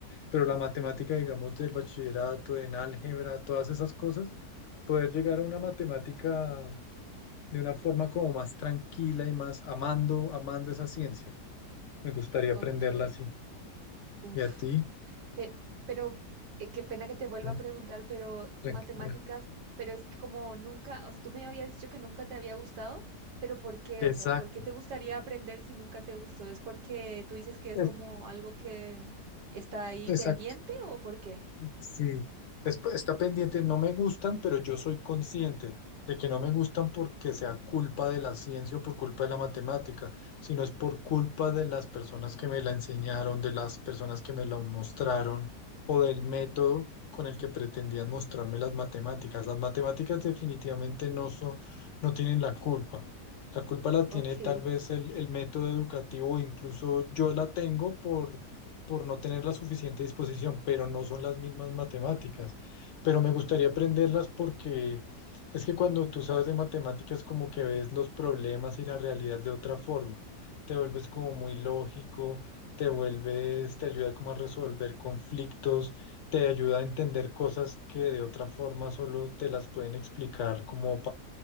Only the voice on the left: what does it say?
pero la matemática, digamos, del bachillerato, en álgebra, todas esas cosas, poder llegar a una matemática de una forma como más tranquila y más amando, amando esa ciencia. Me gustaría
aprenderla así.
¿Y a ti?
Mm,
Tranquila.
Exacto.
Es-
Exacto.
Sí, es- pues, está pendiente, no me gustan, pero yo soy consciente de que no me gustan porque sea culpa de la ciencia o por culpa de la matemática, sino es por culpa de las personas que me la enseñaron, de las personas que me la mostraron o del método con el que pretendían mostrarme las matemáticas. Las matemáticas definitivamente no son, no tienen la culpa. La culpa la tiene
tal vez el, el método educativo, o incluso yo la tengo por por no tener la suficiente disposición, pero no son las mismas matemáticas. Pero me gustaría aprenderlas porque es que cuando tú sabes de matemáticas como que ves los problemas y la realidad de otra forma, te vuelves como muy lógico, te vuelves, te ayuda como a resolver conflictos, te ayuda a entender cosas que de otra forma solo te las pueden explicar como